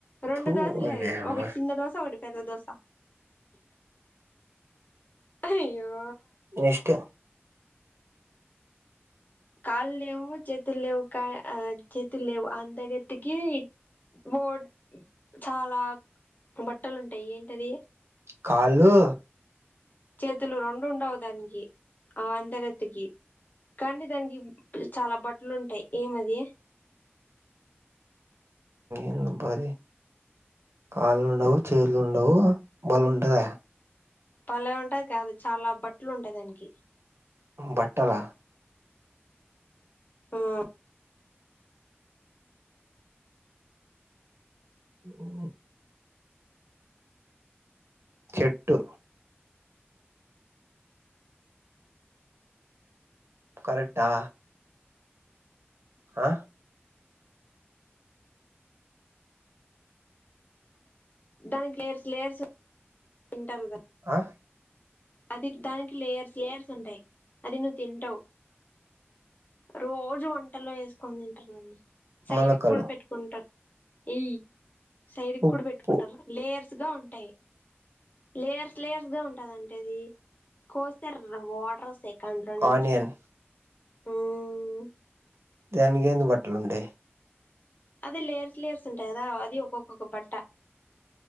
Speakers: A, on the left; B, on the right.
A: రెండు
B: థూ
A: దోశలు
B: ఓరి
A: అవి
B: యమ్మ
A: ఒకటి చిన్న దోశ ఒకటి పెద్ద దోసా అయ్యో
B: నెక్స్ట్
A: కాళ్ళు లేవు చేతులు లేవు చేతులు లేవు అంద గత్తేకి బో చాలా బట్టలుంటాయి ఏంటది
B: కాళ్ళు
A: చేతులు రెండు ఉండవు దానికి ఆ అందగత్తేకి కానీ దానికి చాలా బట్టలు ఉంటాయి ఏమది
B: ఎందబ్బ అది కాళ్ళు లేవు చేతులు లేవు బల ఉంటదా
A: భలే ఉంటది కాదు చాలా బట్టలు ఉంటాయి దానికి
B: బట్టలా
A: ఉం
B: ఉ చెట్టు కరెక్టా ఆ
A: దానికి లేర్స్ లేయర్స్ తింటారు కాడ <unintelligible>
B: ఆ
A: అది దానికి లేయర్స్ లేయర్స్ ఉంటాయి అది నువ్వు తింటవు రోజు వంటలో వేసుకుని తింటారు వాళ్ళు సైడ్కి
B: మొలకలు
A: కూడా పెట్టుకుంటారు ఎయి సైడ్
B: ఉప్పు
A: కూడా పెట్టుకుంటారు లేయర్స్ గా ఉంటాయి లేయర్స్ లేయర్స్ గా ఉంటద టది కోస్తే వాటర్ వస్తే కంటిలో నుంచి
B: ఆనియన్
A: ఉం
B: దానికి ఎందు బట్టలు ఉంటాయి
A: అది లేయర్స్ లేయర్స్ ఉంటది కదా అది ఒక్క ఒక్కొక్క బట్ట